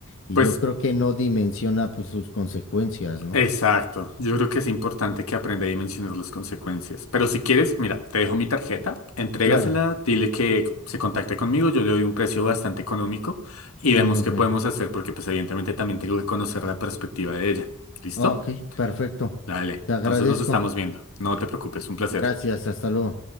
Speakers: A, on the left; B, on the left.
A: Y
B: Pues,
A: yo creo que no dimensiona pues sus consecuencias, ¿no?
B: exacto. Yo creo que es importante que aprenda a dimensionar las consecuencias. Pero si quieres, mira, te dejo mi tarjeta, entrégasela,
A: Claro,
B: dile que se contacte conmigo, yo le doy un precio bastante económico y
A: muy
B: vemos qué
A: bien.
B: podemos hacer porque pues evidentemente también tengo que conocer la perspectiva de ella. ¿Listo?
A: Ah, Ok, perfecto.
B: Dale,
A: Te agradezco.
B: entonces nos estamos viendo. No te preocupes, un placer.
A: Gracias, hasta luego.